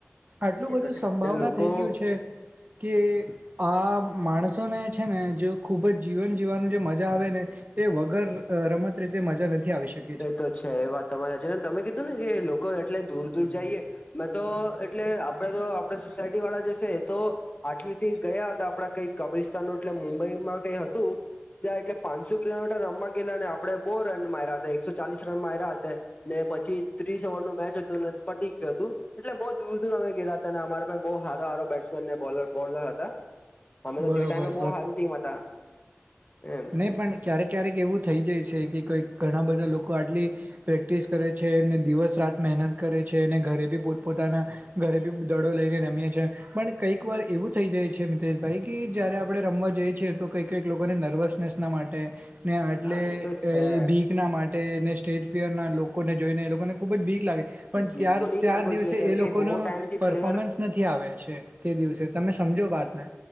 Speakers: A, on the right (about 40°); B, on the left (about 30°).
A: આટલું
B: નહી એ
A: બધું
B: તો
A: સંભાવના
B: છે લોકો
A: થઈ ગયું છે. કે આ માણસોને છે ને જો ખૂબ જ જીવન જીવવાનું જે મજા આવે ને એ વગર રમત રીતે મજા નથી આવી શકે
B: એ તો છે એ વાત તમારેજ ને તમે કીધું ને કે લોકો એટલે દૂર દૂર જઈએ મેં તો એટલે આપડે તો આપણે સોસાયટી વાળા જશે તો આટલી થી ગયા હતા આપડા કઈ કબ્રિસ્તાન ન એટલે મુંબઈમાં કઈ હતું ત્યાં એટલે પાંચસો કિલોમીટર રમવા ગેલા અને આપણે બહુ રન માર્યા હતા એકસો ચાલીસ રન માર્યા હતા. ને પછી થ્રીસ અવન નું મેચ હતું પટી ગયું હતું. એટલે બહુ દૂર દૂર અમે ગેયા હતા અને અમારે બહુ હારો હારો બેટ્સમેન બોલર બોલર હતા. અમે તો
A: બરોબર
B: તે ટાઈમે બહ સારું ટીમ હતા. એમ
A: નહી પણ ક્યારેક ક્યારેક એવું થઈ જાય છે કે કોઈક ઘણા બધા લોકો આટલી પ્રેક્ટિસ કરે છે ને દિવસ રાત મહેનત કરે છે અને ઘરે બી પોત પોતાના ઘરે બી દડો લઈને રમીએ છે. પણ કઈક વાર એવું થઈ જાય છે મિતેશભાઈ કે જ્યારે આપણે રમવા જઈ છે તો કઈ કઈક લોકોને નર્વસ નેસના માટે ને આટલે
B: હા
A: એ
B: તો છે
A: બી કના માટે ને સ્ટેજ ફિરના લોકોને જોઈને એ લોકોને ખૂબ જ ભીક લાગે પણ
B: વીક
A: ત્યાર
B: તો નહી
A: ત્યાર
B: લાગવો
A: દિવસે
B: જોઈએ કેમ
A: એ
B: કે
A: લોકોનો
B: બહુ ટાઈમથી
A: પરફોમન્સ
B: પ્લેયર
A: નથી આવે છે. તે દિવસે તમે સમજો વાતને.